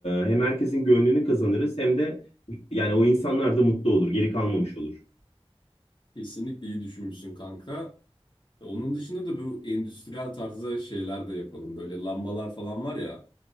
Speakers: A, on the left; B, on the left.
A: hem herkesin gönlünü kazanırız hem de yani o insanlar da mutlu olur, geri kalmamış olur.
B: Kesinlikle iyi düşünmüşsün kanka. Onun dışında da bu endüstriyel tarzda şeyler de yapalım. Böyle lambalar falan var ya.